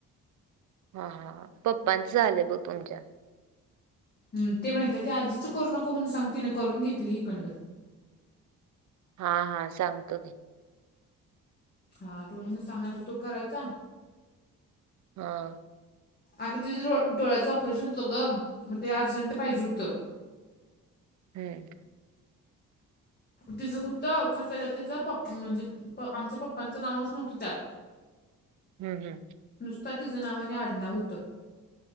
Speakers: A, on the right; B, on the left.
A: हा हा पप्पांचं झालंय बघ तुमच्या.
B: हम्म. ते माहित आहे ते आजीच करू नको म्हणून सांग तिने करून घेतली हिकडं.
A: हा हा सांगतो की.
B: हा टोणींना सांगणार तर तो करायचा.
A: हा.
B: अगं तिच्या डोळ्याचं ऑपरेशन होतं गं, मग ते अर्जंट पाहिजे होतं.
A: ह.
B: तिचं होतं खरं त्याच्या तिचं पप म्हणजे प आमच्या पप्पांचं नावच नव्हतं त्यात.
A: हम्म हम्म.
B: नुसता तिचं नावाने आडनाव होतं.